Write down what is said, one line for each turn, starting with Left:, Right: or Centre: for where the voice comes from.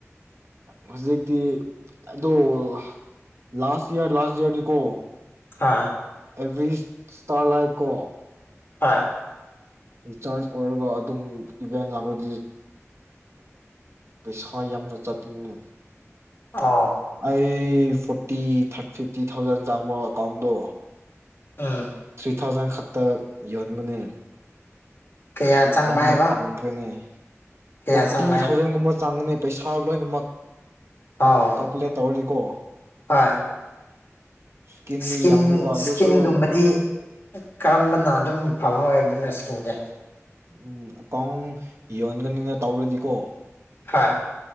Right: ꯍꯧꯖꯤꯛꯇꯤ ꯑꯗꯣꯜ ꯂꯥꯁ ꯌꯥꯔ ꯂꯥꯁ ꯌꯥꯔꯒꯤꯗꯤꯀꯣ
Left: ꯍ
Right: ꯑꯦꯕ꯭ꯔꯤ ꯏꯁꯇꯥꯔ ꯂꯥꯏꯠ ꯀꯣ
Left: ꯍꯣꯏ
Right: ꯔꯤꯆꯥꯔꯖ ꯑꯣꯏꯔꯒ ꯑꯗꯨꯝ ꯏꯚꯦꯟ ꯂꯥꯛꯂꯗꯤ ꯄꯩꯁꯥ ꯌꯥꯝꯅ ꯆꯠꯄꯅꯤꯅꯦ
Left: ꯑꯣ
Right: ꯑꯩ ꯐꯣꯔꯇꯤ ꯊꯥꯔꯇꯤ ꯐꯤꯐꯇꯤ ꯊꯥꯎꯖꯟ ꯆꯥꯡꯕ ꯑꯦꯀꯥꯎꯟꯗꯣ
Left: ꯎꯝ
Right: ꯊ꯭ꯔꯤ ꯊꯥꯎꯖꯟ ꯈꯛꯇ ꯌꯣꯟꯕꯅꯦ
Left: ꯀꯌꯥ ꯆꯪꯕ
Right: ꯌꯥꯝꯅ
Left: ꯍꯥꯏꯕ
Right: ꯄꯪꯈ꯭ꯔꯦꯅꯦ
Left: ꯀꯌꯥ
Right: ꯐꯣꯔꯇꯤ
Left: ꯆꯪꯕ ꯍꯥꯏꯕ
Right: ꯊꯥꯎꯖꯟꯒꯨꯝꯕ ꯆꯥꯡꯒꯅꯤ ꯄꯩꯁꯥ ꯂꯣꯏꯅꯃꯛ
Left: ꯑꯣ
Right: ꯀꯜꯀꯨꯂꯦꯠ ꯇꯧꯔꯗꯤꯀꯣ
Left: ꯍꯣꯏ
Right: ꯏꯁꯀꯤꯝꯗꯤ
Left: ꯏꯁꯀꯤꯟ
Right: ꯌꯥꯝꯃꯦꯕ
Left: ꯏꯁꯀꯤꯟꯒꯨꯝꯕꯗꯤ
Right: ꯑꯗꯨꯁꯨ
Left: ꯀꯔꯝꯕꯅ ꯑꯗꯨꯝ ꯐꯕ ꯑꯣꯏꯕꯅꯣ ꯏꯁꯀꯤꯟꯁꯦ
Right: ꯎꯝ ꯑꯀꯥꯎꯟ ꯌꯣꯟꯒꯅꯤꯅ ꯇꯧꯔꯗꯤꯀꯣ
Left: ꯍꯣꯏ